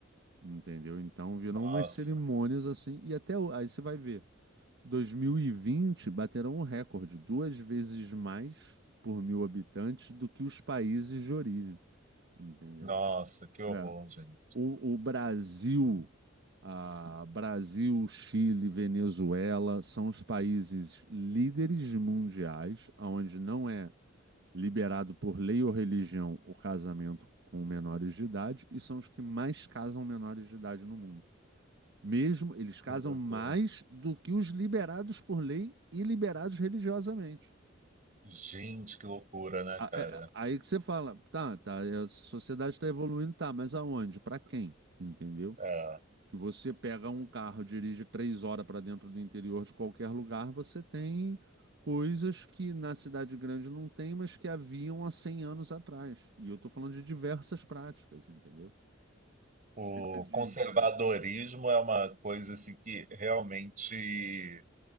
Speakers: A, on the right; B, on the right.
A: Entendeu? Então viram
B: Nossa,
A: umas cerimônias assim, e até o- aí você vai ver, 2020 bateram o recorde, duas vezes mais por mil habitantes do que os países de origem, entendeu?
B: nossa, que horror,
A: É.
B: gente.
A: O, o Brasil, a Brasil, Chile, Venezuela são os países líderes mundiais, onde não é liberado por lei ou religião o casamento com menores de idade, e são os que mais casam menores de idade no mundo. Mesmo eles casam
B: Que loucura.
A: mais do que os liberados por lei e liberados religiosamente.
B: Gente, que loucura, né,
A: A-
B: cara?
A: é- Aí que você fala, tá, tá, a sociedade está evoluindo, tá, mas aonde? Para quem? Entendeu?
B: É.
A: Que você pega um carro, dirige três horas para dentro do interior de qualquer lugar, você tem coisas que na cidade grande não tem, mas que haviam há 100 anos atrás. E eu estou falando de diversas práticas, entendeu?
B: O
A: Seja de,
B: conservadorismo
A: de
B: é uma coisa assim que realmente